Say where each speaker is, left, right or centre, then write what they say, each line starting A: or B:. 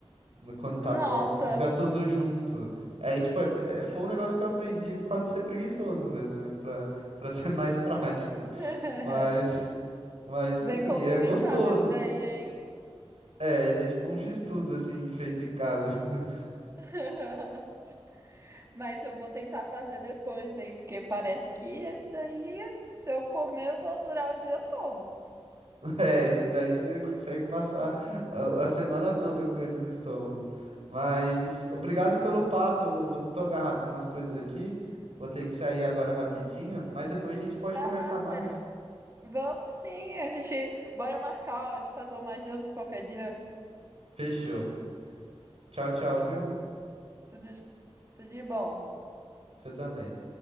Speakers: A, on the right; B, on the right.
A: no- quando
B: nossa.
A: tá pronto, porque fica tudo junto. Aí, tipo, é- é- foi um negócio que eu aprendi por causa de ser preguiçoso mesmo, né? Pra, pra ser mais <laughs> prático.
B: <laughs>
A: Mas, mas,
B: Bem
A: assim,
B: complementado
A: é gostoso.
B: esse daí, hein?
A: É, ele é tipo um x-tudo, assim, feito em casa. <laughs>
B: <laughs> Mas eu vou tentar fazer depois, hein? Porque parece que esse daí, se eu comer, eu vou durar o dia todo.
A: É, esse daí você consegue passar a, a semana toda com ele no estômago. Mas, obrigado pelo papo. Eu tô agarrado com umas coisas aqui. Vou ter que sair agora rapidinho, mas depois a gente pode
B: Vai
A: conversar
B: lá,
A: mais.
B: Theo. Vamos sim, a gente bora marcar ó, de fazer uma janta qualquer dia.
A: Fechou. Tchau, tchau, viu?
B: Tudo, tudo de bom.
A: Você também.